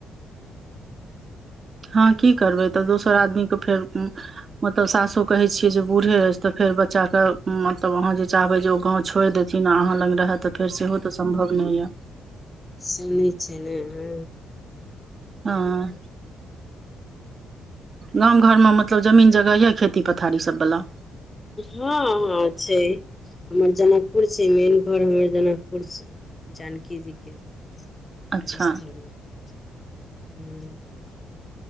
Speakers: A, on the right; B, on the left.
A: हँ की करबै? तऽ दोसर आदमीके फेर मतलब सासो कहै छियै, बूढ़े आइछ तऽ फेर बच्चा के मतलब अहाँ जे चाहबै ओ गाऊ छोड़ि देथिन, आ अहाँ लग रहै तँ फेर सेहो तँ सम्भव नहि यऽ
B: से नहि छै रे।
A: आह। गाम-घरमे मतलब जमीन जगह य खेती-पथारी सभवाला।
B: हँ हँ छै हमर जनकपुर छै मेन घर हमर जनकपुर छै जानकी जीके स्थलमे
A: अच्छा
B: हम